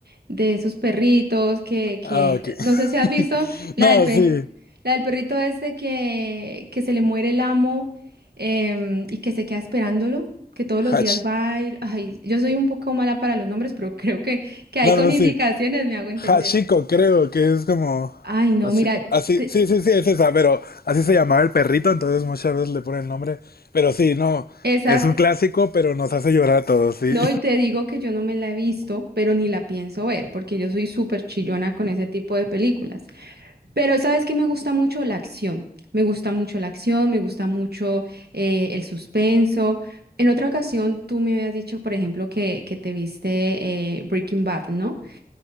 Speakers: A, on the right (about 80°); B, on the left (about 70°).
A: mm, de esos perritos que, que,
B: Ah, ok.
A: no sé si has visto
B: <laughs>
A: la
B: No,
A: del pe,
B: sí.
A: la del perrito este que, que se le muere el amo em, y que se queda esperándolo, que todos los
B: Hatch.
A: días va y, ay, yo soy un poco mala para los nombres, pero <laughs> creo que, que ahí
B: No,
A: con
B: no,
A: indicaciones
B: sí.
A: me hago entender.
B: Hachiko, creo que es como
A: Ay, no,
B: así,
A: mira.
B: así,
A: te-
B: sí, sí, sí, es esa, pero así se llamaba el perrito, entonces muchas veces le ponen el nombre, pero sí, no,
A: Esas,
B: es un clásico, pero nos hace llorar a todos, sí.
A: No, y te digo que yo no me la he visto, pero ni la pienso ver, porque yo soy súper chillona con ese tipo de películas. Pero sabes que me gusta mucho la acción, me gusta mucho la acción, me gusta mucho eh, el suspenso. En otra ocasión tú me habías dicho, por ejemplo, que, que te viste eh, Breaking Bad, ¿no?